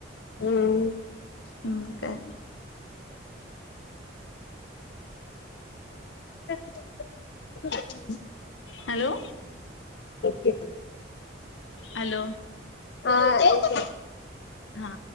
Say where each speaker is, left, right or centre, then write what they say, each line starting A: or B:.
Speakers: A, on the left (about 60°); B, on the left (about 80°).
A: हम्म
B: हम् काे
A: <inaudible>
B: हॅलो.
A: के.
B: हॅलो.
A: ह.
B: हा.